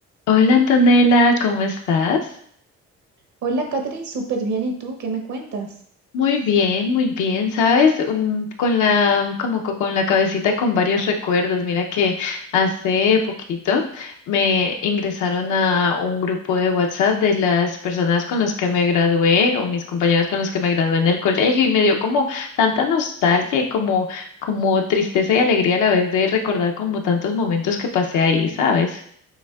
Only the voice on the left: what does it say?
Hola Antonella, ¿cómo estás?
Muy bien, muy bien, ¿sabes? Un- con la, como co- con la cabecita con varios recuerdos. Mira que hace poquito me ingresaron a un grupo de WhatsApp de las personas con las que me gradué o mis compañeros con los que me gradué en el colegio y me dio como tanta nostalgia y como, como tristeza y alegría a la vez de recordar como tantos momentos que pasé ahí, ¿sabes?